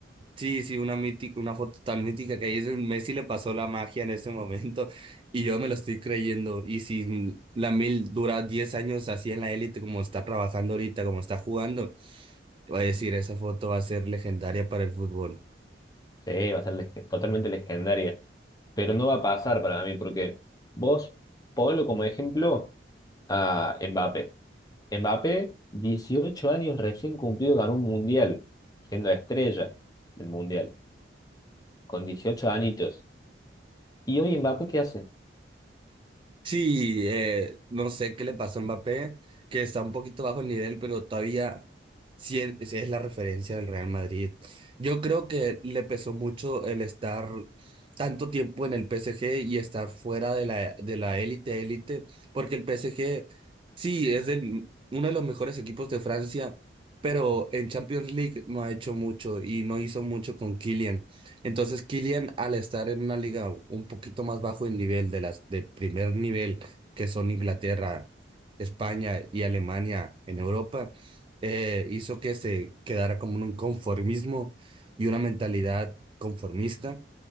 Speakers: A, on the right; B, on the left.
A: Sí, sí, una mítica, una foto tan mítica que ahí es donde Messi le pasó la magia en ese momento <laughs> y yo me lo estoy creyendo. Y si la mil dura 10 años así en la élite como está trabajando ahorita, como está jugando, va a decir, esa foto va a ser legendaria para el fútbol.
B: Sí, va a ser leg- totalmente legendaria. Pero no va a pasar para mí, porque vos ponlo como ejemplo a Mbappé. Mbappé, 18 años recién cumplido, ganó un mundial, siendo estrella del mundial, con 18 añitos. ¿Y hoy Mbappé qué hace?
A: Sí, eh, no sé qué le pasó a Mbappé, que está un poquito bajo el nivel, pero todavía sí es, sí es la referencia del Real Madrid. Yo creo que le pesó mucho el estar tanto tiempo en el PSG y estar fuera de la, de la élite, élite, porque el PSG sí es el, uno de los mejores equipos de Francia, pero en Champions League no ha hecho mucho y no hizo mucho con Kylian. Entonces, Kylian, al estar en una liga un poquito más bajo en nivel de las de primer nivel, que son Inglaterra, España y Alemania en Europa, eh, hizo que se quedara como en un conformismo y una mentalidad conformista.